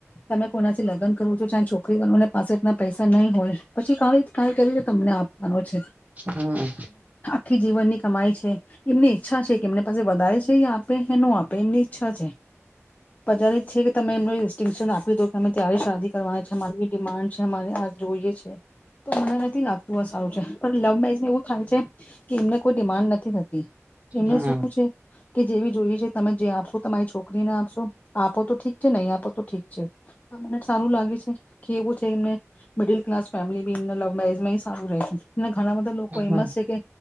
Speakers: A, on the left (about 30°); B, on the right (about 30°).
A: તમે કોનાથી લગ્ન કરવો છો ચ છોકરી <unintelligible> પૈસા ન હઈ હોય. પછી કાવે કાઈ. કરી તમને આપવાનો છે.
B: હમ
A: આખી જીવનની કમાઈ છે. એમની અચ્છા છે કે એમને પાસે વધારે છે યા આપે એનું આપે એમની ઈચ્છા છે. પજારિત છે કે તમે એમનું ઈસ્ટિંટયુશન આપીધો કે તમે ત્યારે શાદી કરવાની છે અમારી ડિમાન્ડ <unintelligible> જોઈએ છે. તો મને નથી લાગતું આ સારું છે પણ લવ મેરેજમાં એવું થાય છે કે એમને કોઈ ડિમાન્ડ નથી થતી. એમને
B: હમ
A: શું છે કે જેવી જોઈએ છે તમે જે આપશો તમારી છોકરીને આપશો આપો તો ઠીક છે નઈ આપો તો ઠીક છે. અમને સારું લાગે છે કે એવું છે એમને મિડલ ક્લાસ ફેમિલી <unintelligible> લવ મેરેજમાં સારું રહે છે. ઘણા બધા લોકો
B: હમ
A: એમસ છે કે